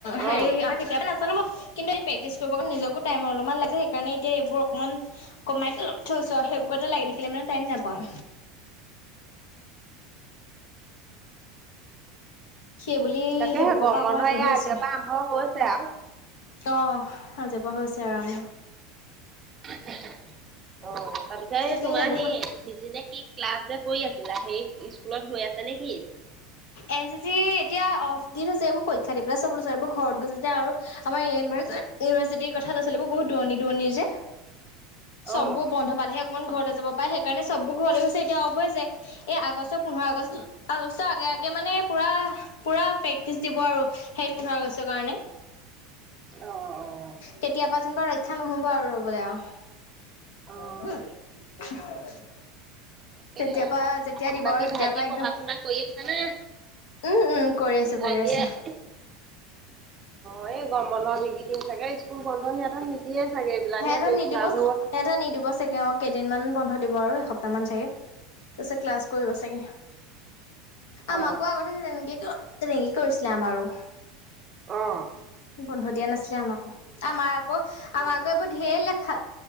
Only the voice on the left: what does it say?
হেৰি
আৰু কেইটাবা কিন্তু এই প্ৰেক্টিচ কৰিব কাৰণলে নিজকো টাইম অলপমান লাগে সেইকাৰণে এতিয়া এইবোৰ অকমান কমাই থৈছো সেইবোৰ। কটা লাগি থাকিলে মানে টাইম নাপাওঁ। সেই বুলি
সেইবোৰৰ
পৰা অকমান
আঁতৰি
আছো
অ 'আজিৰ পৰা হৈছে আৰু
তাকে
সেইবোৰ
এন চি চি এতিয়া দি থৈছে এইবোৰ পৰীক্ষা দি পেলাই চব এইবোৰ ঘৰত গৈছে যে আৰু এতিয়া আৰু আমাৰ <inaudible> ইউনিভাৰ্চিটিৰ কথা ছিলো বহুত দুৰণি দুৰনি যে চবো
বন্ধ পালেহে অকণমান ঘৰলৈ যাব পাৰে সেইকাৰণে চবোৰ ঘৰলৈ গৈছে এতিয়া অফ হৈ গৈছে আগষ্ট পোন্ধৰ আগষ্ট আগে আগে মানে পুৰা পুৰা প্ৰেক্টিচ দিব আৰু সেই পোন্ধৰ আগষ্টৰ কাৰণে।
কেতিয়াবা যেনিবা ৰক্ষা নহব আৰু ৰবলৈ আৰু।
<inaudible>
তেতিয়াৰ পৰা যেতিয়া দিব
আৰু তেতিয়াৰ
পৰা একদম
উম উম কৰি আছো
কৰি আছো
সেহেতক নিদিব
চাগে
সেহেতক নিদিব চাগে অ' কেইদিনমান। বন্ধ দিব আৰু এসপ্তাহ মান চাগে তাৰপিছত ক্লাছ কৰিব চাগে।
আমাকো আগতে তেনেকেই তেনেকেই কৰিছিলে আমাৰো
বন্ধ দিয়া নাছিলে আমাকো আমাৰ আকৌ আমাৰ
আকৌ এইবোৰ ধেৰ লেঠা